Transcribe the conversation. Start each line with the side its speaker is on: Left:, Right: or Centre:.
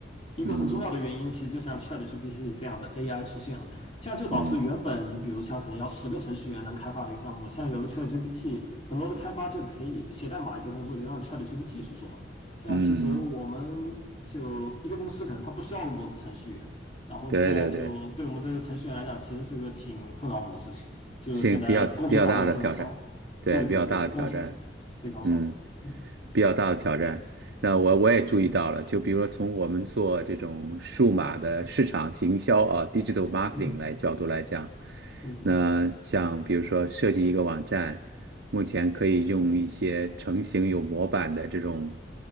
Left: 一个很重要的原因，
Right: 嗯
Left: 其实就像 ChatGPT 这样的 AI 出现了，这样就导致原本你比如像可能要十个程序员能开发的一个项目，
Right: 嗯
Left: 现在有了 ChatGPT，很多的开发就可以写代码一些工作就让 ChatGPT 去做了。这样其实我们就一个公司可能它不需要那么多的程序员，
Right: 嗯，
Left: 然后现在就对我们这些程序员来讲，
Right: 对对对，
Left: 其实是个挺困扰我们的事情。就现在工作岗位非常少，
Right: 性比较比较大的挑战，对比较大的挑战，
Left: 对对对，工作非常少。
Right: 嗯。
Left: 嗯
Right: 比较大的挑战。那我我也注意到了，就比如说从我们做这种数码的市场行销啊，digital marketing
Left: 嗯哼
Right: 来角度来讲，
Left: 嗯哼
Right: 那像比如说设计一个网站，目前可以用一些成型有模板的这种